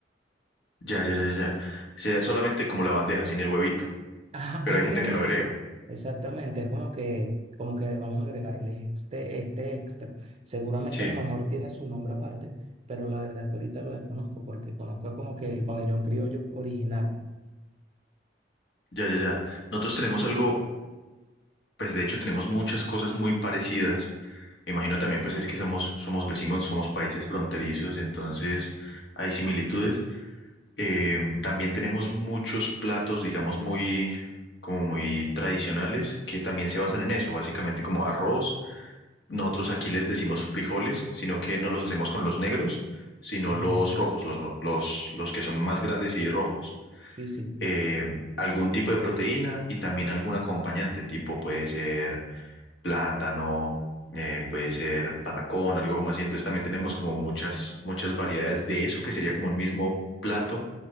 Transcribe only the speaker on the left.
Ya, ya, ya, ya. Sería solamente como la bandeja sin el huevito,
pero
hay gente
que lo agrega.
Sí,
ya, ya, ya. Nosotros tenemos algo, pues de hecho tenemos muchas cosas muy parecidas Me imagino también, pues es que somos, somos vecinos, somos países fronterizos, entonces hay similitudes. Eh, también tenemos muchos platos, digamos, muy, como muy tradicionales, que también se basan en eso, básicamente como arroz. Nosotros aquí les decimos frijoles, sino que no los hacemos con los negros, sino
los rojos, los, no- los, los que son más grandes y rojos.
Eh, algún tipo de proteína y también algún acompañante, tipo puede ser plátano, eh, puede ser patacón, algo como así. Entonces también tenemos como muchas, muchas variedades de eso que sería como un mismo plato,